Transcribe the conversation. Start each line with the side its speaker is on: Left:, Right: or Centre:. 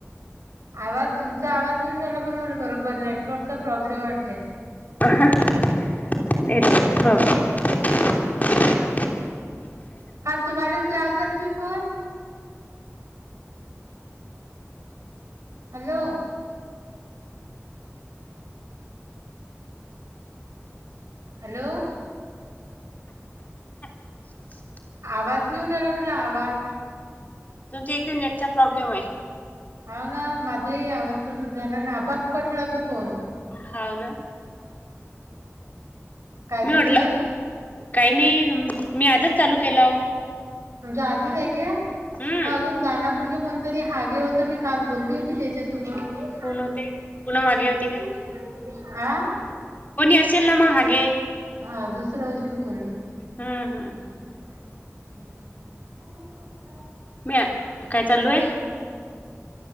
Right: आवाज तुमचा आवाज नाही येऊन रायला पण मला बरोबर नेटवर्कचा प्रॉब्लेम वाटत.
Left: <inaudible>
Right: हा तुम्हालाच लावलतो ना मी फोन. हॅलो. हॅलो.
Left: <inaudible>
Right: आवाज नही येऊन रायला म्हटलं आवाज.
Left: तुमच्या इकडे नेटचा प्रॉब्लेम आहे.
Right: हा ना माझही आवाज तस झाल्या ना आपोआप कटला तो फोन.
Left: हा ना.
Right: काय
Left: मी
Right: सुरू
Left: म्हटलं काही नाही. मी आजच चालू केलं
Right: तुमच आजीच आहे का
Left: हम्म
Right: मग अजून दानापूरचे कोणते. तरी हागे होत मी काल बोलली होती तेजस. <unintelligible>
Left: कोण होते पुन्हा मागे होती काय कोणी असेल ना मग हागे
Right: हा दुसरं अशीन कोणी.
Left: हुं हुं हुं.
Right: <unintelligible>
Left: मी काय चालू आहे?